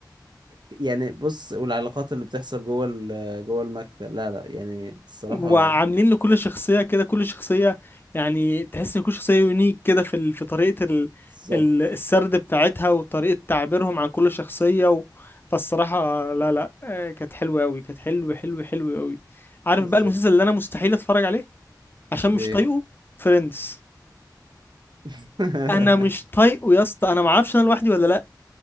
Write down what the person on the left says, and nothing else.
وعاملين لكل شخصيه كده كل شخصيه يعني تحس ان كل شخصيه يونيك كده في ال- في طريقه ال
ال السرد بتاعتها وطريقه تعبيرهم عن كل شخصيه و فالصراحه لا لا آه، كانت حلوه قوي كانت حلوه حلوه حلوه قوي عارف
بقى المسلسل اللي انا مستحيل اتفرج عليه عشان مش
طايقه فريندز
انا مش طايقه يا اسطى انا ما اعرفش انا لوحدي ولا لا